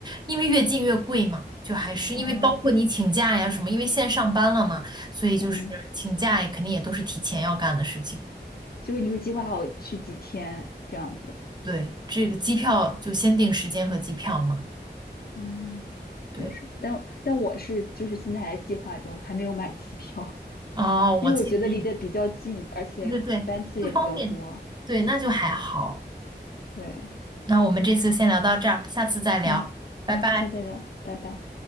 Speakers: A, on the right; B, on the left.
A: 因为越近越贵嘛，就还是因为包括你请假呀什么，
B: 哦，
A: 因为现在上班了嘛，所以就是请假也肯定也都是提前要干的事情。
B: 嗯，就是你会计划好去几天这样子。
A: 对，这个机票就先定时间和机票嘛。
B: 嗯，
A: 对，
B: 也是。但但我是就是现在还在计划中，还没有买机票，<laughs>
A: 哦，
B: 因为我觉得离得比较近，
A: 我最近，
B: 而且班次也比较多。
A: 对对对，不方便。对，那就还好。
B: 对，
A: 那我们这次先聊到这儿，下次再聊，
B: 嗯，好，
A: 拜拜。
B: 下次再聊，拜拜。